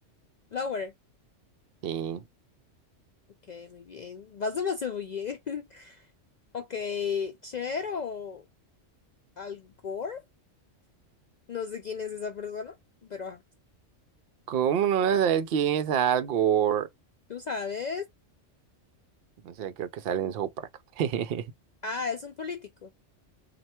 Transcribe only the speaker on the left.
Lower.
Ok, muy bien. Vas demasiado bien. <laughs> Ok, Cher o Al Gore. No sé quién es esa persona, pero ajá.
tú sabes.
Ah, es un político.